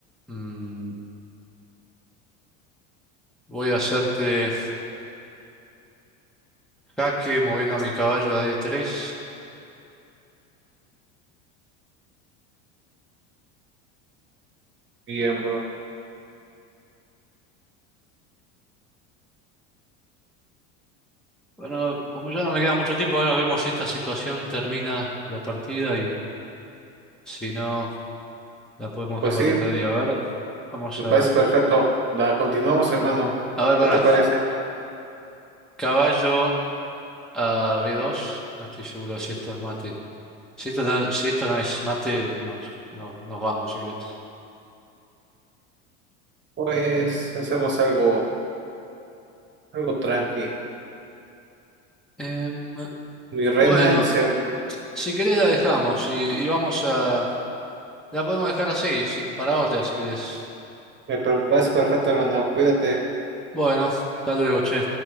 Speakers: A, in the centre; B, on the right.
A: mm, voy a hacerte jaque moviendo a mi caballo a D3.
B: Bien, bro.
A: Bueno, como ya no me queda mucho tiempo, ahora vemos si esta situación termina la partida y si no, la podemos
B: Pues
A: dejar para
B: sí,
A: otro día. A ver, vamos
B: me
A: a...
B: parece perfecto. La continuamos, hermano.
A: A ver, para.
B: ¿Qué te parece?
A: Caballo a B2. No estoy seguro si esto es mate. Si esto no, si esto no es mate, nos, nos, nos vamos, si querés.
B: Pues hacemos algo, algo tranqui.
A: Em,
B: Mi reina
A: bueno,
B: en C1.
A: si querés la dejamos y, y vamos a... La podemos dejar así, si, para otra, si querés.
B: Me parece perfecto, hermano. Cuídate.
A: Bueno, hasta luego, che.